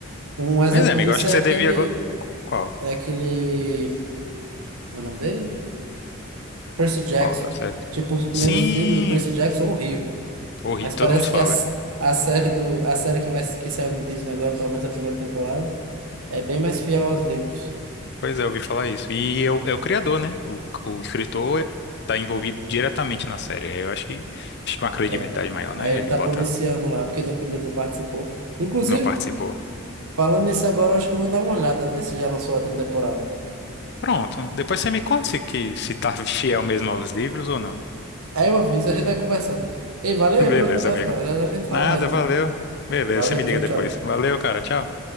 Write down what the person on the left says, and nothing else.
Mas é, amigo,
eu acho que
você
devia agora. Qual?
Qual da série?
Sim!
Horrível.
Todo
mundo fala.
Pois é, eu ouvi falar isso. E é o, é o criador, né? O, o escritor está envolvido diretamente na série. Eu acho que, acho que uma credibilidade
maior,
né?
Ele
bota,
não participou.
Pronto. Depois você me conta se, que, se tá fiel mesmo aos livros ou não.
<laughs>
Beleza,
amigo.
Nada,
valeu. Beleza,
você me liga
depois.
Valeu, cara. Tchau.